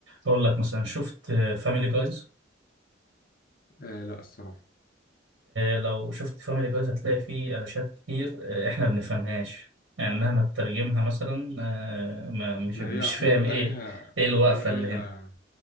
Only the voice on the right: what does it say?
اقول لك مثلا شفت فاميلي جايز
لو شفت فاميلي جايز هتلاقي فيه علاشات كتير آه، احنا ما بنفهمهاش يعني مهما تترجمها مثلا آه، ما مش
مش
فاهم
ايه
ايه الوقفه
اللي
هنا